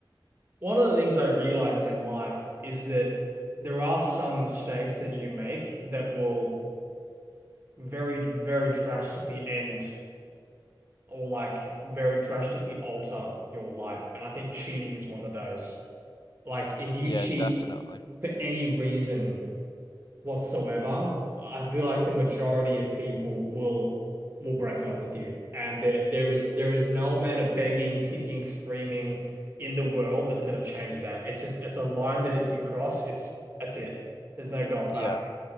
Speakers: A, on the right; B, on the left.
A: one of the things I realized in life is that there are some mistakes that you make that will very, very drastically end or like very drastically alter your life. And I think cheating is one of those. Like if you
B: Yeah,
A: cheat
B: definitely.
A: for any reason whatsoever, I feel like the majority of people will will break up with you. And there there is there is no amount of begging, kicking, screaming in the world that's going to change that. It's just it's a line that if you cross, it's that's it. There's no going back.
B: Yeah.